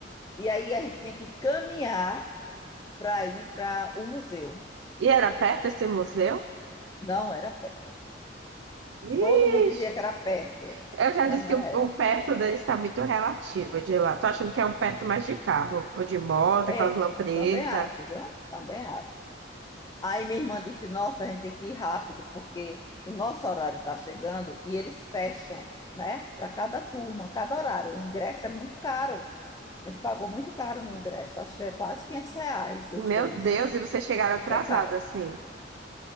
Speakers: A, on the left; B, on the right.
A: e aí a gente tinha que caminhar para ir para o museu.
B: E era perto esse museu?
A: Não era perto.
B: Ixi.
A: Todo mundo dizia que era perto,
B: Eu já
A: mas
B: disse
A: não
B: que o,
A: era.
B: o perto dele está muito relativo de lá. Tô achando que é um perto mais de carro, ou de moto,
A: É,
B: aquelas lampretas.
A: também acho, viu? Também acho. Aí minha irmã disse: Nossa, a gente tem que ir rápido, porque o nosso horário está chegando e eles fecham, né? Para cada turma, cada horário. O ingresso é muito caro. A gente pagou muito caro no ingresso, acho que é quase 500 reais os
B: Meu
A: dois.
B: Deus, e vocês chegaram atrasados
A: É caro.
B: assim.